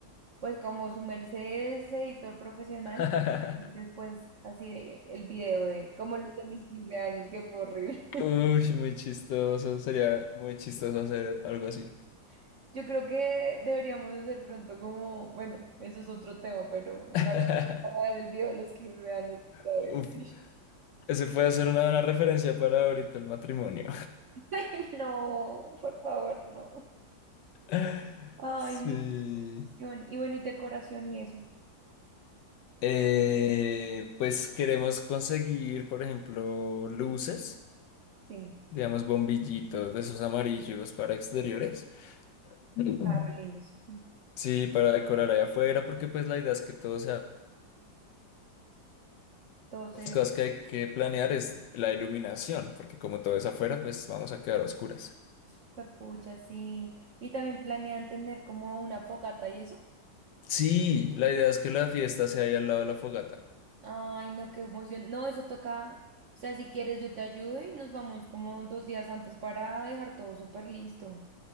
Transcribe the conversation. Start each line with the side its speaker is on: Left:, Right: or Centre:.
Right: Pues como su merced es editor profesional,
Left: <laughs>
Right: sí, y después así eh, el video de como los de mis 15 años, que fue horrible.
Left: Uy, muy chistoso. Sería muy chistoso hacer algo así.
Right: <laughs> Yo creo que deberíamos hacer pronto como, bueno, eso es otro tema, pero una
Left: <laughs>
Right: para ver el video de los 15 años otra
Left: Uf,
Right: vez. <laughs>
Left: ese puede ser una buena referencia para ahorita el matrimonio.
Right: Ay, no, por favor, no.
Left: <laughs>
Right: Ay,
Left: Sí.
Right: no, qué Y bueno, y decoración y eso.
Left: Eh, pues queremos conseguir, por ejemplo, luces,
Right: Sí,
Left: digamos bombillitos de esos amarillos para exteriores. <clears throat> Mm.
Right: está re lindos. Mm.
Left: Sí, para decorar allá afuera, porque pues la idea es que todo sea...
Right: Entonces,
Left: Las cosas que hay que planear es la iluminación, porque como todo es afuera, pues vamos a quedar a oscuras.
Right: juepucha, sí. Y también planean tener como una fogata y eso.
Left: Sí, la idea es que la fiesta sea ahí al lado de la fogata.
Right: Ay, no, qué emoción. No, eso toca. O sea, si quieres, yo te ayudo y nos vamos como dos días antes para dejar todo súper listo.